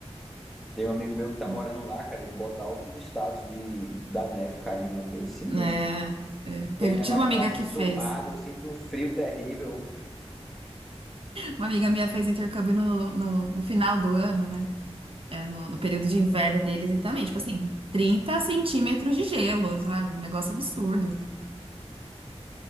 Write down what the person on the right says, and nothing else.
<laughs>
É, é, teve-
tive
uma amiga
que
fez,
uma amiga minha fez intercâmbio no, no no final do ano, né? é, no, no período de inverno deles e também, tipo assim, 30 centímetros de gelo, sabe? Um negócio absurdo.